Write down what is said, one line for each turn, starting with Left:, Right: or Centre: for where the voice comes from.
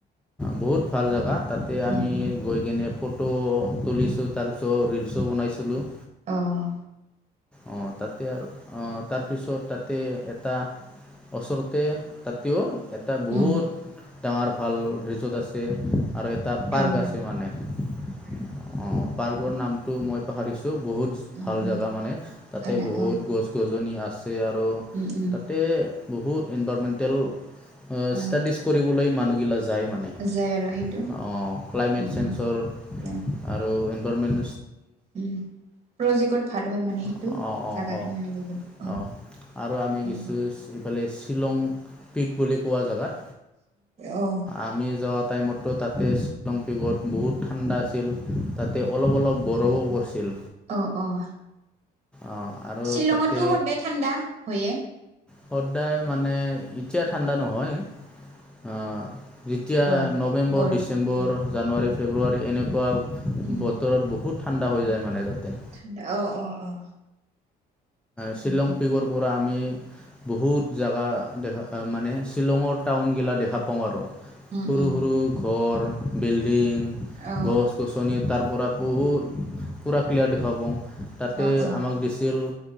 Centre: বহুত ভাল জেগা তাতে আমি
Right: উম উম
Centre: গৈ কেনে ফত। ফটো তুলিছো তাৰপিছত ৰিলচো বনাইছিলোঁ।
Right: আহ
Centre: অ তাতে আৰু অ। তাৰপিছত তাতে এটা ওচৰতে তাতেও। এটা বহুত
Right: উম
Centre: ডাঙৰ ভাল ৰিজৰ্ট আছে। আৰু এটা পাৰ্ক
Right: অঁ
Centre: আছে মানে, অঁ পাৰ্কৰ নামটো মই পাহৰিছোঁ। টো বহুত
Right: উম
Centre: ভাল
Right: উম
Centre: জেগা মানে তাতে
Right: ভাল
Centre: বহুত
Right: অঁ
Centre: গছ- গছনি আছে। আৰু
Right: উম উম
Centre: তাতে বহুত ইনভাইৰমেণ্টেল
Right: অঁ
Centre: ষ্টাডিজ কৰিবলৈ মানুহ বিলাক যায় মানে
Right: যায় আৰু সেইটো
Centre: অঁ ক্লাইমেট
Right: উম
Centre: চেঞ্চৰ
Right: উম অ
Centre: আৰু ইনভাইৰমেণ্ট
Right: উম প্ৰজেক ভাল হয় মানে সেইটো
Centre: অঁ অঁ
Right: জেগাটো
Centre: অঁ
Right: মানে বহুত অঁ
Centre: অঁ আৰু আমি কিছু
Right: অঁ অঁ
Centre: ইফালে শ্বিলং পিক বুলি কোৱা জেগাত।
Right: অঁ
Centre: আমি যোৱা টাইমতো তাতে শ্বিলং পিকত বহুত ঠাণ্ডা আছিল তাতে অলপ অলপ বৰ পৰছিল।
Right: অহ অহ
Centre: অঁ আৰু
Right: শ্বিলঙততো
Centre: তাতে
Right: সদায় ঠাণ্ডা হয়ে।
Centre: সদায় মানে এতিয়া ঠাণ্ডা নহয় আহ। যেতিয়া
Right: অ
Centre: নৱেম্বৰ,
Right: গৰম
Centre: ডিচেম্বৰ,
Right: অ
Centre: জানুৱাৰী, ফেব্ৰুৱাৰী এনেকুৱা
Right: উম
Centre: বতৰত ব বহুত ঠাণ্ডা হৈ যায় মানে তাতে
Right: ঠাণ্ডা অ অ অ
Centre: শ্বিলং
Right: উম উম
Centre: পিগৰ পৰা আমি বহুত জেগা দেখা মানে শ্বিলঙৰ টাউনগিলা দেখা পাওঁ আৰু।
Right: উম
Centre: সৰু
Right: উম
Centre: সৰু ঘৰ, বিল্ডিং,
Right: অ
Centre: গছ -গছনি তাৰ পৰা বহু পুৰা ক্লিয়াৰ দেখা পাওঁ তাতে
Right: অ অ
Centre: আমাক দিছিল।